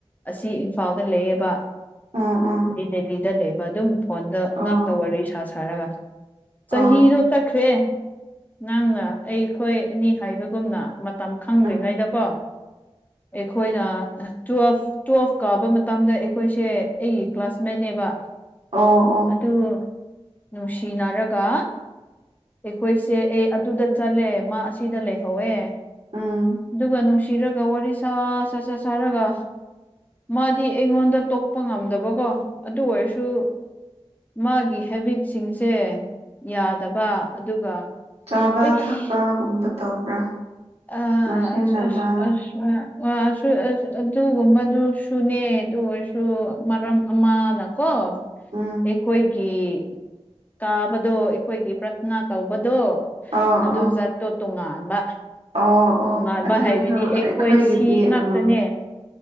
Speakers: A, on the left (about 15°); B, on the right (about 80°).
A: ꯑꯁꯤ ꯏꯝꯐꯥꯜꯗ ꯂꯩꯌꯦꯕ
B: ꯎꯝ ꯎꯝ
A: ꯗꯦꯂꯤꯗ ꯂꯩꯕ ꯑꯗꯨꯝ ꯐꯣꯟꯗ
B: ꯑꯣ
A: ꯉꯥꯛꯇ ꯋꯥꯔꯤ ꯁꯥ ꯁꯥꯔꯒ
B: ꯑꯣ
A: ꯆꯍꯤꯗꯣ ꯆꯠꯈ꯭ꯔꯦ ꯅꯪꯅ ꯑꯩꯈꯣꯏ ꯑꯅꯤ ꯍꯥꯏꯕꯒꯨꯝꯅ ꯃꯇꯝ ꯈꯪꯗ꯭ꯔꯤꯉꯩꯗꯀꯣ
B: ꯎꯝ
A: ꯑꯩꯈꯣꯏꯅ ꯇꯨꯋꯦꯜꯐ ꯇꯨꯋꯦꯜꯐ ꯀꯥꯎꯕ ꯃꯇꯝꯗ ꯑꯩꯈꯣꯏꯁꯦ ꯑꯩꯒꯤ ꯀ꯭ꯂꯥꯁꯃꯦꯠꯅꯦꯕ
B: ꯑꯣ ꯑꯣ
A: ꯑꯗꯨ ꯅꯨꯡꯁꯤꯅꯔꯒ ꯑꯩꯈꯣꯏꯁꯦ ꯑꯦ ꯑꯗꯨꯗ ꯆꯠꯂꯦ ꯃꯥ ꯑꯁꯤꯗ ꯂꯩꯍꯧꯋꯦ
B: ꯎꯝ
A: ꯑꯗꯨꯒ ꯅꯨꯡꯁꯤꯔꯒ ꯋꯥꯔꯤ ꯁꯥ ꯁ ꯁꯠ ꯁꯥꯔꯒ ꯃꯥꯗꯤ ꯑꯩꯉꯣꯟꯗ ꯇꯣꯛ ꯄ ꯉꯝꯗꯕꯀꯣ ꯑꯗꯨ ꯑꯣꯏꯔꯁꯨ ꯃꯥꯒꯤ ꯍꯦꯕꯤꯠꯁꯤꯡꯁꯦ ꯌꯥꯗꯕ ꯑꯗꯨꯒ
B: ꯆꯥꯕ
A: ꯏꯁ
B: ꯊꯛꯄꯒꯨꯝꯕ ꯇꯧꯕ꯭ꯔꯥ
A: ꯑ
B: ꯉꯥꯎꯁꯤꯟꯅꯕ
A: ꯑꯁ ꯑꯁ ꯑꯁ ꯑ <unintelligible> ꯑꯗꯨꯒꯨꯝꯕꯗꯨ ꯁꯨꯅꯦ ꯑꯗꯨ ꯑꯣꯏꯁꯨ ꯁꯨ ꯃꯔꯝ ꯑꯃꯅꯀꯣ
B: ꯎꯝ
A: ꯑꯩꯈꯣꯏꯒꯤ ꯇꯥꯕꯗꯣ ꯑꯩꯈꯣꯏꯒꯤ ꯄ꯭ꯔꯊꯅꯥ ꯇꯧꯕꯗꯣ
B: ꯑꯣ
A: ꯑꯗꯨ
B: ꯑꯣ
A: ꯇꯣ ꯇꯨꯡꯉꯥꯟꯕ
B: ꯑꯣ ꯑꯣ
A: ꯇꯣꯉꯥꯟꯕ
B: ꯑꯗꯨꯁꯨ
A: ꯍꯥꯏꯕꯗꯤ ꯑꯩꯈꯣꯏ
B: ꯑꯩꯈꯣꯏꯒꯤꯗꯤ
A: ꯁꯤ ꯉꯥꯛꯇꯅꯦ
B: ꯑꯥ